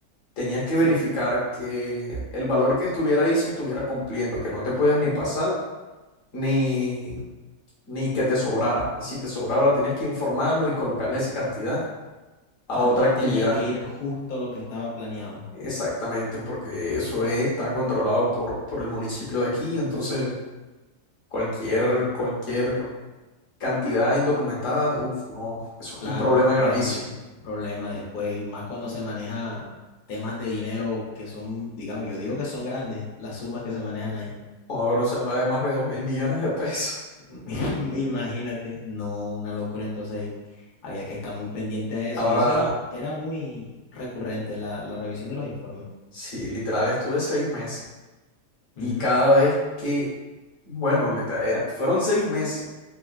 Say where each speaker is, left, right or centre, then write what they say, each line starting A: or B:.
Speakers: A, on the left (about 55°); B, on the left (about 70°).
A: tenías que
B: sí.
A: verificar que el valor que estuviera ahí se estuviera cumpliendo, que no te puedes ni pasar ni, ni que te sobrara. Y si te sobraba, tenías que informarlo y colocarle esa cantidad a
B: O sea,
A: otra
B: todo
A: actividad.
B: tenía que ir justo lo que estaba planeado.
A: Exactamente, porque eso está controlado por, por el municipio de aquí, entonces cualquier, cualquier cantidad indocumentada, uff, no, eso es
B: Claro,
A: un problema gravísimo.
B: es un problema después, y más cuando se maneja temas de dinero que son, digamos, yo digo que son grandes las sumas que se manejan ahí.
A: Ahora se habla de más de dos mil millones de pesos.
B: <laughs> Imagínate, no, una locura. Entonces había que estar muy pendiente a eso.
A: <laughs> Ahora,
B: Y eso era, era muy recurrente, la, la revisión de los informes.
A: sí, literal, estuve seis meses
B: Ujú,
A: y cada vez que, bueno, literal era- fueron seis meses